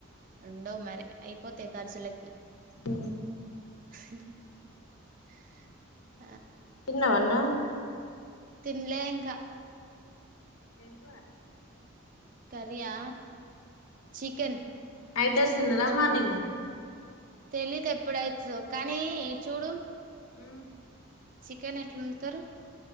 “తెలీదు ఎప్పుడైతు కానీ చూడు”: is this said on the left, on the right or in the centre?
Right